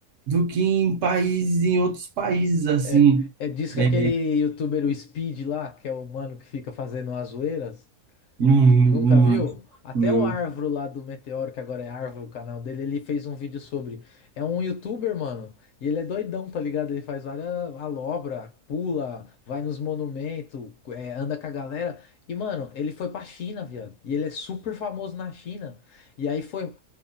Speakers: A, on the right; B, on the left.
A: do que em países, em outros países, assim.
B: É, é disso que
A: É,
B: aquele youtuber, o Speed lá, que é o mano que fica fazendo as zoeiras.
A: não, não,
B: Nunca viu? Até
A: não.
B: o Arvro lá do Meteoro, que agora é Arvro o canal dele, ele fez um vídeo sobre. É um youtuber, mano. E ele é doidão, tá ligado? Ele faz várias alobra, pula, vai nos monumentos, é, anda com a galera. E, mano, ele foi pra China, viado. E ele é super famoso na China. E aí foi